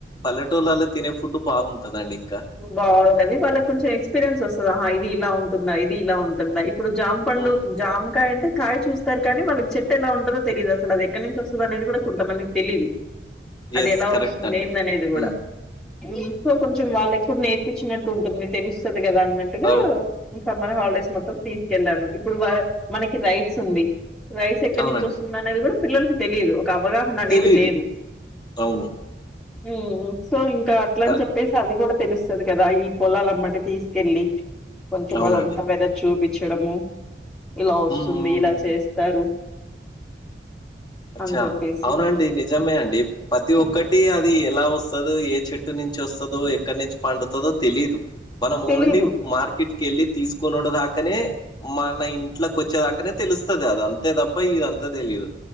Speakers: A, on the left; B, in the centre.
A: పల్లెటూళ్లల్ల తినే ఫుడ్డు బాగుంటందండి ఇంకా
B: ఊ బావుంటది వాళ్ళకి కొంచెం ఎక్స్పీరియన్స్ వస్తది ఆహా ఇది ఇలా ఉంటుందా ఇది ఇలా ఉంటుందా ఇ ప్పుడు జాంపండు
A: ఉమ్
B: జామకాయ అంటే కాయ్ చూస్ తారు కానీ వాళ్ళకి చెట్టు ఎలా ఉంటదో తెలీదు అసలు అది ఎక్కడి నుంచి వస్తది అనేది కూడా కొంతమందికి తెలీదు అది
A: ఎస్
B: ఎలా
A: కరెక్ట్
B: వస్తుంది
A: అండి
B: ఏందనే ది కూడా
A: ఉమ్
B: ఇంకొ కొంచెం వాళ్ళకి కూడా నేర్పిచ్చినట్టు ఉంటుంది తెలుస్తది కదా అన్న ట్టుగా
A: అవు
B: సమ్మర్ హాలిడేస్ మొత్తం తీసుకెళ్ళాను ఇప్పుడు వ మనకి రైట్స్ ఉంది రైస్ ఎక్కడి
A: అవునండి
B: నుంచి వస్తుంది అనేది కూడా పిల్లలకి తెలీదు ఒక అవగాహన అనేది
A: తెలీదు
B: లేదు
A: అవును
B: ఉమ్ సో ఇంకా అట్ల
A: కరెక్ట్
B: అని చెప్పేసి అది కూడా తెలుస్తది కదా ఈ పొలాలమ్మట తీసుకెళ్ళి కొంచం
A: అవునండి
B: అదంతా వెదర్ చూపిచ్చడము ఇలా వస్తుంది
A: ఉమ్ ఉమ్
B: ఇలా చేస్తారు
A: ఉమ్. అచ్చా
B: అని చెప్పేసి
A: అవునండి నిజమే అండి ప్రతి ఒక్కటి అది ఎలా వస్తదో ఏ చెట్టు నుంచి వస్తదో ఎక్కడి నుంచి పండుతదో తెలీదు మనం
B: తెలీదు.
A: ఓన్లీ మార్కెట్ కెళ్ళి తీసుకొనుడు దాకనే మన ఇంట్లోకి వచ్చేదాకానే తెలుస్తాది అది అంతే తప్ప ఇదంతా తెలీదు